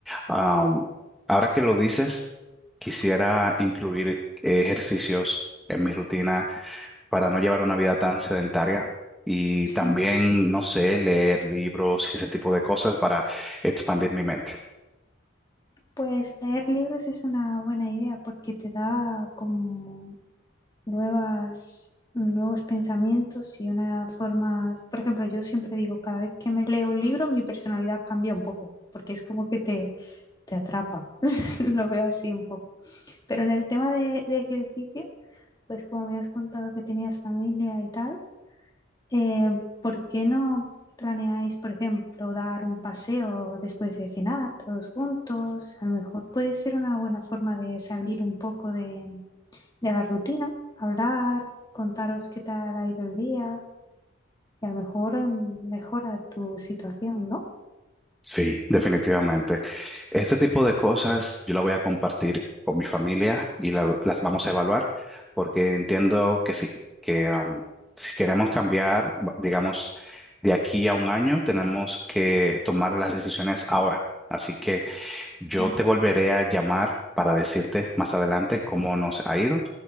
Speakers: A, in the centre; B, on the left.
A: am, ahora que lo dices, quisiera incluir eh, ejercicios en mi rutina para no llevar una vida tan sedentaria. Y
B: sí.
A: también, no sé, leer libros y ese tipo de cosas para expandir mi mente.
B: Pues leer libros es una buena idea porque te da como nuevas, nuevos pensamientos y una forma, por ejemplo, yo siempre digo, cada vez que me leo un libro, mi personalidad cambia un poco, porque es como que te, te atrapa, <laughs> lo veo así un poco. Pero en el tema de, de ejercicio, pues como me has contado que tenías familia y tal, eh, ¿por qué no planeáis, por ejemplo, dar un paseo después de cenar todos juntos? A lo mejor puede ser una buena forma de salir un poco de de la rutina, hablar, contaros qué tal ha ido el día y a lo mejor mm, mejora tu situación, ¿no?
A: Sí, definitivamente. Este tipo de cosas yo la voy a compartir con mi familia y la- las vamos a evaluar porque entiendo que sí, que um, si queremos cambiar, va- digamos, de aquí a un año, tenemos que tomar las decisiones ahora. Así que yo
B: Claro.
A: te volveré a llamar para decirte más adelante cómo nos ha ido,